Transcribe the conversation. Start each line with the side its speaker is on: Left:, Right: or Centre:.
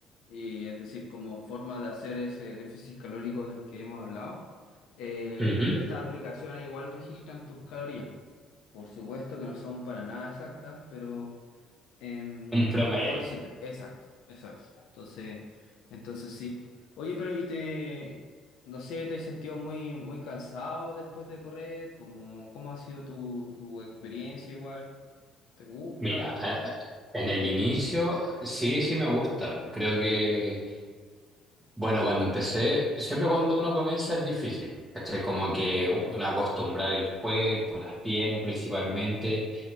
Left: y es decir, como forma de hacer ese déficit calórico del que hemos hablado. Eh,
Right: Ujú.
Left: estas aplicaciones igual registran tus calorías. Por supuesto que no son para nada exactas, pero Em,
Right: Un promedio.
Left: igual sirve, exacto, exacto. Entonces, entonces sí. Oye, pero ¿y te, no sé, te has sentido muy, muy cansado después de correr? ¿Cómo, cómo ha sido tu, tu experiencia igual? ¿Te gusta?
Right: Mira, a- a- en el inicio sí, sí me gusta. Creo que, bueno, cuando empecé, siempre cuando uno comienza es difícil. ¿cachai? Como que uno acostumbrar el cuerpo, las piernas principalmente.